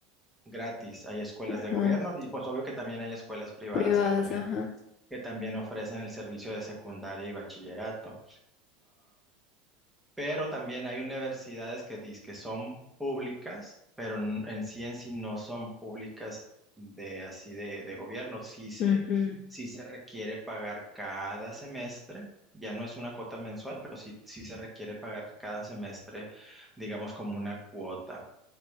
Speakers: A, in the centre; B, on the left (about 40°).
A: gratis. Hay escuelas
B: Ajá.
A: de gobierno y pues obvio que también hay escuelas privadas
B: Privadas,
A: que también,
B: ajá.
A: que también ofrecen el servicio de secundaria y bachillerato pero también hay universidades que dicen que son públicas, pero n- en sí en sí no son públicas de así de, de gobierno. Sí se,
B: Ujú.
A: sí se requiere pagar cada semestre. Ya no es una cuota mensual, pero sí, sí se requiere pagar cada semestre, digamos, como una cuota